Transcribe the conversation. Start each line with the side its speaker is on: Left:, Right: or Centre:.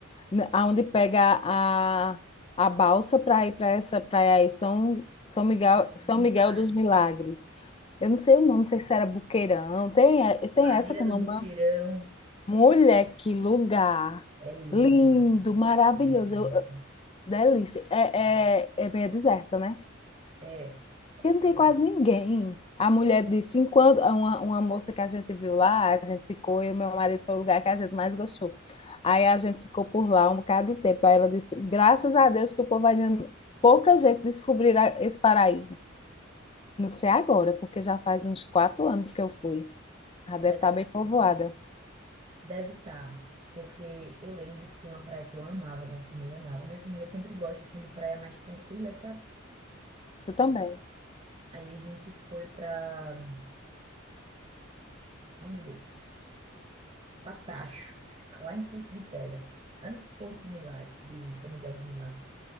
Left: n- aonde pega a, a balsa para ir para essa praia aí, São, São Miguel,
Right: São Miguel
Left: São
Right: dos Milagres.
Left: Miguel dos Milagres. Eu não sei o nome, não sei se era Buqueirão. Tem, e- tem
Right: Barreira
Left: essa com
Right: do
Left: nome?
Right: Boqueirão,
Left: né? Mulher, que lugar!
Right: é linda,
Left: Lindo, maravilhoso,
Right: é linda.
Left: eu- eu- delícia. É, é, é meio deserta, né?
Right: É, é,
Left: Porque não tem
Right: é,
Left: quase ninguém. A mulher de 50, uma, uma moça que a gente viu lá, a gente ficou, e o meu marido foi o lugar que a gente mais gostou. Aí a gente ficou por lá um bocado de tempo. Aí ela disse: graças a Deus que o povo ainda, pouca gente descobrirá esse paraíso. Não sei agora, porque já faz uns quatro anos que eu fui. Já deve
Right: mas
Left: estar
Right: é
Left: bem
Right: verdade,
Left: povoada.
Right: não- deve estar, porque eu lembro que tinha uma praia que eu amava, minha família amava. Minha família sempre gosta, assim, de praia mais tranquila, sabe?
Left: Eu também.
Right: Aí a gente foi pra, oh meu Deus, Patacho, que fica lá em Porto de Pedra, antes de Porto do Milagre, de São Miguel dos Milagres.